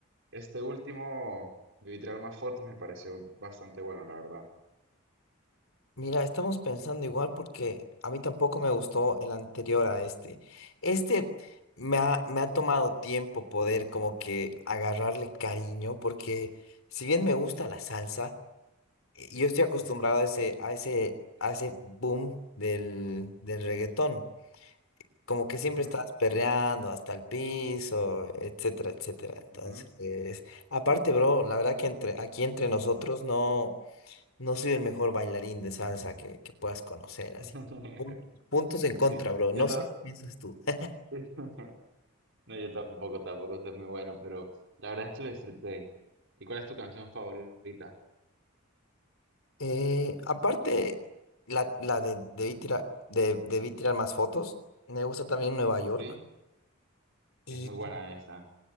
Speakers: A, on the right (about 65°); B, on the left (about 80°).
A: este último, de tirar más fotos, me pareció bastante bueno, la verdad.
B: Mira, estamos pensando igual porque a mí tampoco me gustó el anterior a este. Este me ha, me ha tomado tiempo poder como que agarrarle cariño porque si bien me gusta la salsa, eh, yo estoy acostumbrado
A: Ujú,
B: a ese, a ese, a ese boom del, del reggaetón. Como que siempre
A: ujú,
B: estás perreando hasta el piso, etcétera, etcétera. Entonces,
A: ujú.
B: aparte, bro, la verdad que entre, aquí entre nosotros no. No soy el mejor bailarín de salsa que, que puedas conocer,
A: <laughs>
B: así. Pun- Puntos en contra,
A: Sí,
B: bro.
A: Yo
B: No
A: ta-
B: sé qué piensas tú. <laughs>
A: <laughs> No, yo tampoco, tampoco soy muy bueno, pero la verdad es que lo disfruté. ¿Y cuál es tu canción favorita?
B: Eh, aparte, la, la de debí tirar, de, debí tirar más fotos. Me gusta también Nueva York.
A: Sí,
B: Y,
A: es muy buena esa.